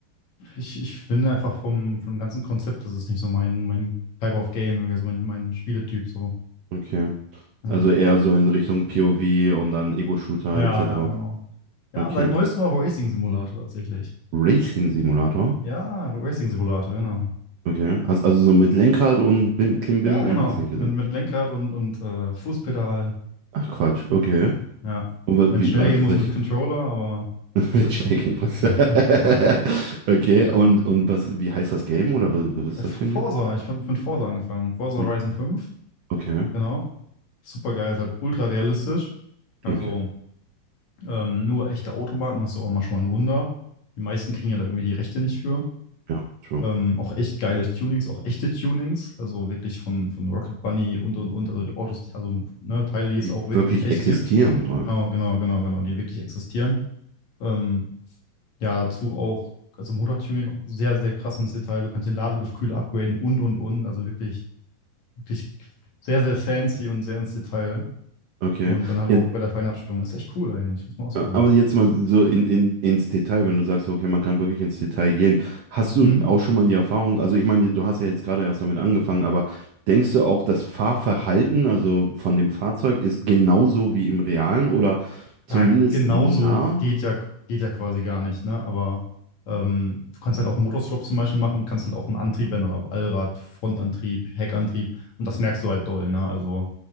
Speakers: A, on the left (about 50°); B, on the right (about 85°).
A: Ich, ich bin einfach vom, vom ganzen Konzept, das ist nicht so mein, mein Type of Game, irgendwie, also mein, mein Spieletyp so.
B: Okay.
A: Ja.
B: Also eher so in Richtung POV und dann Ego-Shooter
A: Ja,
B: etc.
A: ja, genau. Ja,
B: Okay.
A: seit neuestem auch Racing Simulator tatsächlich.
B: Racing Simulator?
A: Ja, Racing Simulator, genau.
B: Okay. Also, also so mit Lenkrad und Bim, Klimbim
A: Ja,
B: und
A: genau.
B: hast nicht gesehen.
A: Mit, mit Lenkrad und, und äh, Fußpedal.
B: Ach Quatsch, okay.
A: Ja.
B: Und wa-
A: Wenn
B: wie,
A: es schnell
B: also
A: gehen muss
B: welche?
A: mit Controller, aber.
B: <laughs> mit was?
A: <laughs>
B: <laughs> Okay,
A: Ja.
B: und, und was, wie heißt das Game oder was, was
A: Äh,
B: ist
A: F-
B: das für ein
A: Forza,
B: Game?
A: ich bin mit Forza angefangen. Forza
B: Mit,
A: Horizon fünf,
B: okay,
A: genau. Super geil, ist halt ultra realistisch. Also
B: okay,
A: Ähm, nur echte Automarken, das ist auch manchmal ein Wunder. Die meisten kriegen ja da irgendwie die Rechte nicht für.
B: ja, true.
A: Ähm, auch echt geile Tunings, auch echte Tunings, also wirklich von, von Rocket Bunny und und und, also die Autos, die, also ne, Teile, die es
B: Die
A: auch wirklich
B: wirklich
A: in echt
B: existieren.
A: gibt.
B: aber-
A: Genau, genau, genau, genau, die wirklich existieren. Ähm, ja, dazu auch, also Motortuning auch sehr, sehr krass ins Detail. Du kannst den Ladeluftkühler upgraden und und und, also wirklich, wirklich sehr, sehr fancy und sehr ins Detail.
B: Okay.
A: Und dann halt
B: Ja,
A: auch bei der Feinabstimmung. Das ist echt cool eigentlich, muss man ausprobieren.
B: aber jetzt mal so in, in, ins Detail, wenn du sagst, okay, man kann wirklich ins Detail gehen. Hast du
A: Hm?
B: auch schon mal die Erfahrung, also ich meine, du hast ja jetzt gerade erst damit angefangen, aber denkst du auch, das Fahrverhalten, also von dem Fahrzeug, ist genauso wie im Realen oder zumindest
A: Ja, genauso
B: nah,
A: geht ja, geht ja quasi gar nicht, ne? Aber ähm, du kannst halt auch Motorswap zum Beispiel machen und kannst halt auch einen Antrieb ändern, ob Allrad, Frontantrieb, Heckantrieb. Und das merkst du halt doll, ne? Also,